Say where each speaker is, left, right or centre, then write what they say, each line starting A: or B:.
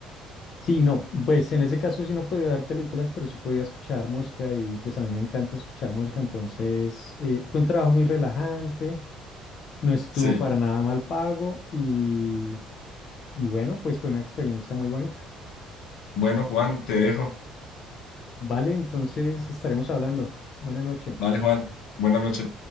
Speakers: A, on the left; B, on the left.
A: Sí, no, pues en ese caso sí no podía ver películas, pero sí podía escuchar música y pues a mí me encanta escuchar música, entonces eh, fue un trabajo muy relajante, no estuvo
B: Sí.
A: para nada mal pago y, y bueno, pues fue una experiencia muy bonita.
B: Bueno, Juan, te dejo.
A: Vale, entonces estaremos hablando. Buena noche.
B: Vale, Juan. Buenas noches.